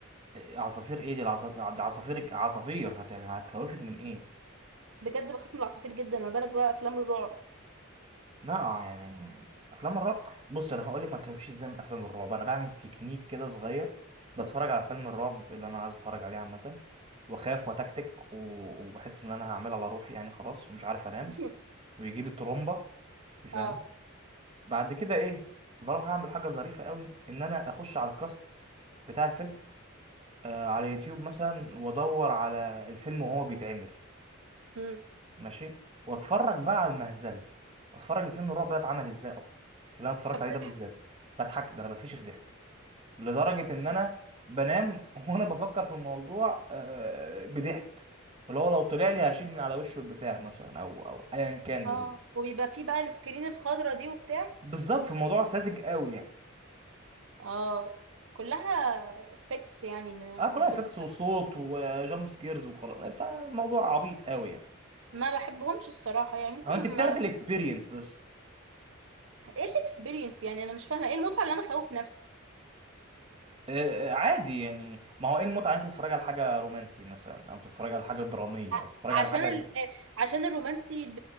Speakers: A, on the right; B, on the right.
A: إيه، عصافير ايه دي العصافير عصافير عصافير هت... هتخوفك من ايه
B: بجد بخاف من العصافير جدا ما بالك بقى افلام الرعب
A: لا يعني افلام الرعب بص انا هقول لك ما تخافيش ازاي من افلام الرعب انا بعمل تكنيك كده صغير بتفرج على فيلم الرعب اللي انا عايز اتفرج عليه عامه واخاف وتكتك و- وبحس ان انا هعمل على روحي يعني خلاص ومش عارف انام
B: <laughs>
A: ويجيب الترومبه انت فاهم
B: اه
A: بعد كده ايه بروح اعمل حاجه ظريفه قوي ان انا اخش على الكاست بتاع الفيلم آه على يوتيوب مثلا وادور على الفيلم وهو بيتعمل
B: مم.
A: ماشي واتفرج بقى على المهزله اتفرج الفيلم الرعب ده اتعمل ازاي اصلا اللي انا اتفرجت
B: فبتضحك
A: عليه ده بالذات بضحك ده انا بتفشخ ضحك لدرجه ان انا بنام <laughs> وانا بفكر في الموضوع آه بضحك اللي هو لو طلع لي هشيل من على وشه البتاع مثلا او او ايا كان
B: اه
A: ال-
B: وبيبقى فيه بقى السكرين الخضرا دي وبتاع
A: بالظبط في موضوع ساذج قوي يعني
B: اه كلها افكتس يعني ما
A: اه كلها
B: بتبقى
A: افكتس وصوت وجامب سكيرز وخلاص فموضوع عبيط قوي يعني
B: ما بحبهمش الصراحة يعني ممكن
A: هو انت بتاخد
B: ما...
A: الاكسبيرينس بس
B: ايه الاكسبيرينس يعني انا مش فاهمة ايه المتعة اللي انا خوف نفسي
A: آه، آه، عادي يعني ما هو ايه المتعه ان انت تتفرج على حاجه رومانسي مثلا او تتفرج على حاجه دراميه
B: ع-
A: او تتفرج على
B: عشان
A: حاجه
B: ال... آه، عشان الرومانسي ب...